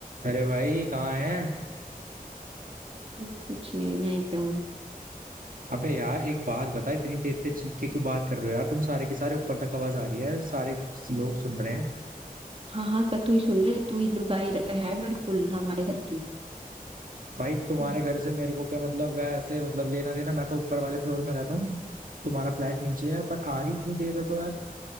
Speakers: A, on the right; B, on the right.
A: अरे भाई कहाँ है
B: मैं कुछ नहीं यहीं पे हूँ
A: अबे यार एक बात बता इतनी तेज तेज चीख के क्यों बात कर रहे हो यार तुम सारे के सारे ऊपर तक आवाज आ रही है सारे लोग सुन रहे हैं
B: हाँ हाँ पर तू ही सुन ले तू ही लुगाई र- है बिल्कुल हमारे घर की
A: भाई तुम्हारे
B: हम्म
A: घर से मेरे को क्या मतलब वैसे मतलब लेना देना मैं तो ऊपर वाले फ्लोर में रहता हूँ तुम्हारा फ्लैट नीचे है पर आ रही इतनी तेज है तो यार